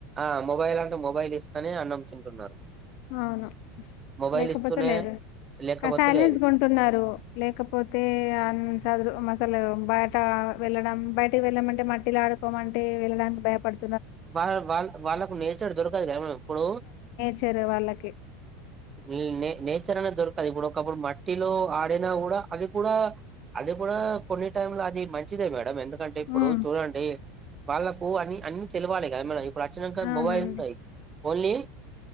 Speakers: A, on the right; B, on the left.
A: ఆ మొబైల్ అంటే మొబైల్ ఇస్తానే అన్నం తింటున్నారు
B: అవును
A: మొబైల్
B: లేకపోతే
A: ఇస్తూనే
B: లేదు
A: లేకపోతే
B: <unintelligible> సైలెన్స్గా
A: లేదు
B: కుంటున్నారు లేకపోతే అ చదురు అసలు బయట వెళ్ళడం బయటకి వెళ్ళమంటే మట్టిలో ఆడుకోమంటే వెళ్ళడానికి భయపడు
A: వాళ్ళ వాళ్ళ వాళ్ళకు నేర్చర్ దొరకదులే ఇప్పుడు
B: చ్చరే వాళ్ళకి
A: ఉ నే నేచర్ అనే దొరకదు ఇప్పుడు ఒకప్పుడు మట్టిలో ఆడినా కూడ అది కూడ అది కూ కొన్ని టైమ్ లో అది మంచిదే మేడం ఎందు ఎందుకంటే ఇప్పుడు
B: ఉమ్
A: చూడండి వాళ్ళకు అన్ని అన్ని తెలవాలి కదా మన ఇప్పుడు అచ్చినక
B: అవునండి
A: మొబైల్ ఉన్నాయి ఓన్లీ